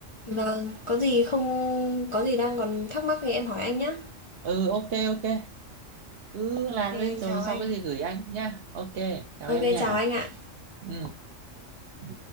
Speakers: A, on the left; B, on the right.
A: vâng, có gì không có gì đang còn thắc mắc thì em hỏi anh nhé.
B: Ừ, ok, ok. Cứ
A: Ok,
B: làm
A: anh
B: đi rồi
A: chào
B: sau
A: anh.
B: cái gì gửi anh nhá. Ok, chào
A: Ok,
B: em nha.
A: chào anh ạ.
B: Ừ. ừ.